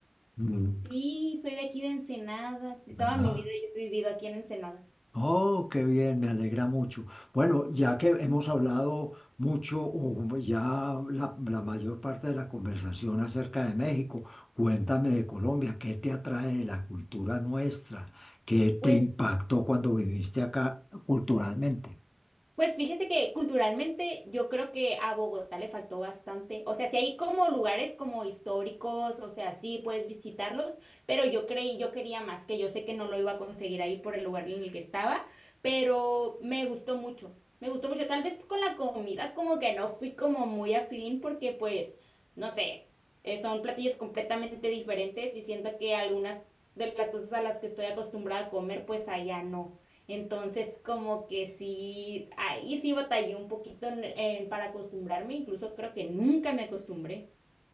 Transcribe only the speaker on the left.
Mm,
ajá.
Oh, qué bien, me alegra mucho. Bueno, ya que hemos hablado mucho, o ya la, la mayor parte de la conversación acerca de México, cuéntame de Colombia, ¿qué te atrae de la cultura nuestra? ¿Qué
te impactó cuando viviste acá culturalmente?